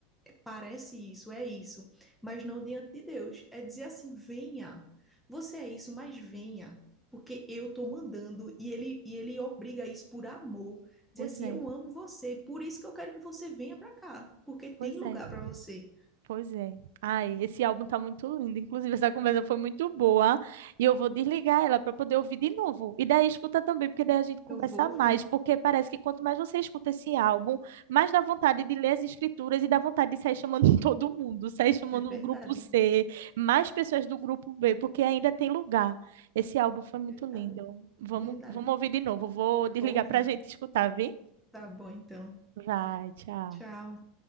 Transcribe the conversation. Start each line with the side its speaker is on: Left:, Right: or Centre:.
Centre: parece isso, é isso, mas não diante de Deus. É dizer assim: venha, você é isso, mas venha, porque eu estou mandando e ele, e ele obriga isso por amor.
Right: Pois
Centre: Dizer assim:
Right: é,
Centre: eu amo você, e por isso que eu quero que você venha para cá, porque tem
Right: pois
Centre: lugar
Right: é.
Centre: para você.
Right: Pois é. Ai, esse álbum tá muito lindo. Inclusive, essa conversa foi muito boa. E eu vou desligar ela para poder ouvir de novo. E daí escuta também, porque daí a gente conversa
Centre: Eu vou ouvir,
Right: mais. Porque parece que quanto mais você escuta esse álbum, mais dá vontade de ler as escrituras e dá vontade de sair chamando <laughs> todo mundo, sair chamando
Centre: é verdade,
Right: o grupo C, mais pessoas do grupo B, porque ainda tem lugar. Esse álbum foi muito
Centre: verdade,
Right: lindo. Vamos,
Centre: verdade.
Right: vamos ouvir de novo. Vou desligar
Centre: Vou ouvir.
Right: para a gente escutar, viu?
Centre: Tá bom, então.
Right: Vai, tchau.
Centre: Tchau.